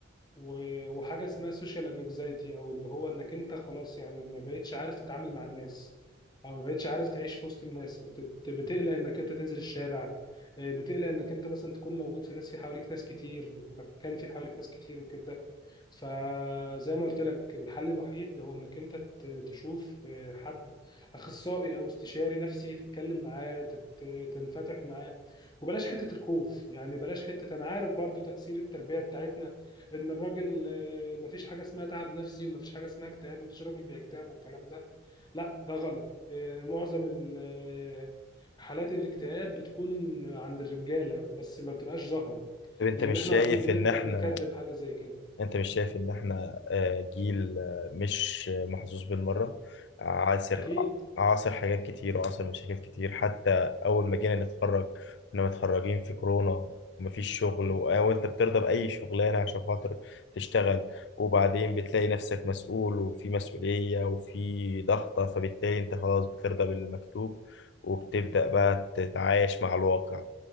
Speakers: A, on the left; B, on the left.
A: و- وحاجه اسمها سوشيال انكزايتي او اللي هو انك انت خلاص يعني ما بقتش عارف تتعامل مع الناس او ما بقتش عارف تعيش في وسط الناس بت- بتقلق انك انت تنزل الشارع آه، بتقلق انك انت مثلا تكون موجود في ناس في حواليك ناس كتير مكان في حواليك ناس كتير وكده فزي ما قلت لك الحل الوحيد هو انك انت ت- تشوف آه، حد اخصائي او استشاري نفسي تتكلم معاه تت- تنفتح معاه وبلاش حته الخوف يعني بلاش حته انا عارف برضو تاثير التربيه بتاعتنا ان الراجل آه، مفيش حاجه اسمها تعب نفسي ومفيش حاجه اسمها اكتئاب مفيش راجل بيكتئب والكلام ده لا ده غلط آه، معظم ال- آه، حالات الاكتئاب بتكون عند الرجاله بس ما بتبقاش ظاهره
B: طب انت
A: لان
B: مش
A: احنا
B: شايف
A: على طول بنبدا
B: ان احنا
A: نكذب حاجه زي كده
B: انت مش شايف ان احنا آه، جيل آه، مش محظوظ بالمرة عاصر
A: اكيد
B: عاصر حاجات كتير وعاصر مشاكل كتير حتى اول ما جينا نتخرج كنا متخرجين في كورونا ومفيش شغل
A: مم.
B: و- وانت بترضى بأي شغلانة عشان خاطر تشتغل وبعدين بتلاقي نفسك مسؤول وفي مسؤولية وفي ضغطة فبالتالي انت خلاص بترضى بالمكتوب وبتبدأ بقى تتعايش مع الواقع